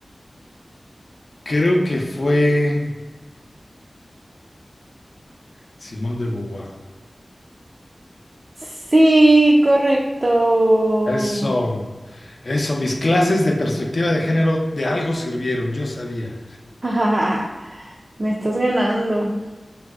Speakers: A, on the left; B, on the right.
A: Creo que fue Simone de Beauvoir.
B: Sí, correcto.
A: Eso, eso, mis clases de perspectiva de género de algo sirvieron, yo sabía.
B: <laughs> Me estás ganando.